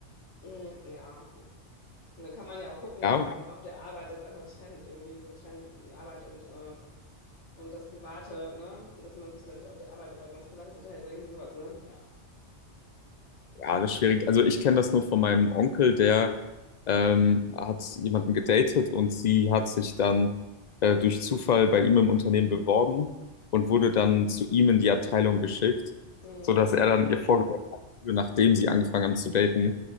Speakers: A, on the left; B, on the left.
A: Mm, Ja, und dann kann man ja auch gucken,
B: Ja,
A: dass man dann auf der Arbeit das einfach trennt, irgendwie so trennt Arbeit und, äh, und das Private, ne? Dass man sich dann nicht auf der Arbeit über irgendwas Privates unterhält oder irgendwie sowas, ne? Ja.
B: Ja, das ist schwierig. Also ich kenne das nur von meinem Onkel, der ähm, hat jemanden gedatet und sie hat sich dann äh, durch Zufall bei ihm im Unternehmen beworben und wurde dann zu ihm in die Abteilung geschickt,
A: Mhm.
B: sodass er dann ihr vorgeworfen hat, nachdem sie angefangen haben zu daten.